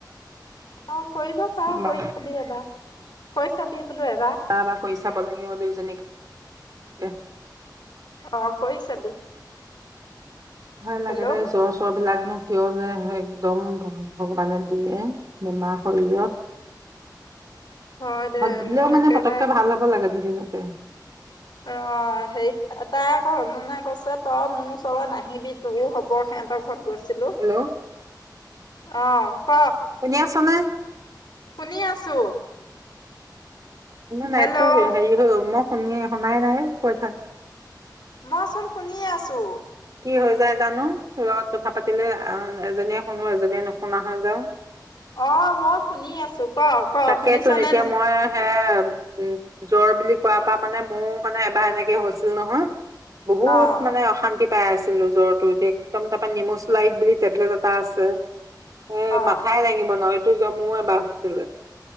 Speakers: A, on the left; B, on the right.
A: অ'। কৰিব পাৰো, কৰি
B: বা
A: চাবি এবাৰ। কৈ চাবি বোলো এবাৰ।
B: বা কৰি চাব লাগিব দুইজনীকে।
A: অ' কৰি চাবি।
B: ভয় লাগে
A: হেল্ল'
B: দেই, জ্বৰ-চ্বৰবিলাকনো। কিয় যে একদম ভগৱানে দিয়ে! বেমাৰ শৰীৰত।
A: হয় দে
B: দিলেও
A: মোৰ
B: মানে
A: একেবাৰে
B: পটককে ভাল হ'ব লাগে দুদিনত। তে।
A: অ' সেই, তাই আকৌ <unintelligible> কৈছে তই। মোৰ ওচৰলে নাহিবি, তোৰো হ'ব। হেতৰ ঘৰত গৈছে। চিলো।
B: হেল্ল'
A: অ'। ক
B: শুনি আছনে?
A: শুনি আছো।
B: মানে,
A: হেল্ল'
B: নেটটো হেৰি হৈ মই। শুনিয়ে শুনাই নাই। কৈ থাক।
A: মইচোন শুনিয়ে আছো।
B: কি হৈ যায় জানো? তোৰ লগত কথা পাতিলে এজনীয়ে শুনো, এজনীয়ে নুশুনা হৈ যাও।
A: অ' মই শুনি আছো, ক ক
B: তাকেতোন
A: শুনিছনে
B: এতিয়া
A: নাই?
B: মই হে উম জ্বৰ বুলি কোৱাৰ পৰা মানে, মোৰ মানে এবাৰ এনেকে হৈছিল নহয়! বহুত
A: অহ
B: মানে অশান্তি। পাই আছিলো জ্বৰটো উঠি একদম, তাৰপা নিমোচলাইট বুলি টেবলেট এটা আছে। এ
A: অহ
B: মাথাই দাঙিব নহয়। টো জমুৱে বাহ <unintelligible>